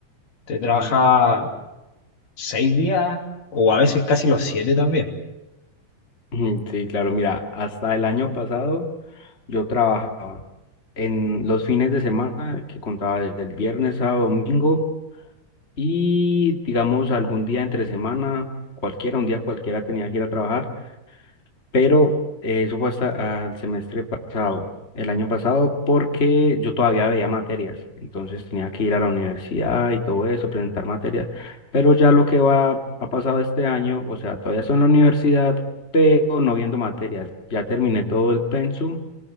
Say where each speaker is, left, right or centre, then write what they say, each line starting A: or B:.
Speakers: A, on the left; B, on the left.
A: Te trabajaba
B: ujú.
A: seis días o a veces casi los siete también.
B: <laughs> Ujú, Sí, claro, mira, hasta el año pasado yo trabajaba en los fines de semana que contaba desde el viernes a domingo y digamos algún día entre semana, cualquiera, un día cualquiera tenía que ir a trabajar pero eh, eso fue hasta al semestre pasado, el año pasado, porque yo todavía veía materias, entonces tenía que ir a la universidad y todo eso, presentar materias, pero ya lo que va, ha pasado este año, o sea, todavía estoy en la universidad, pero no viendo materias, ya terminé todo el pensum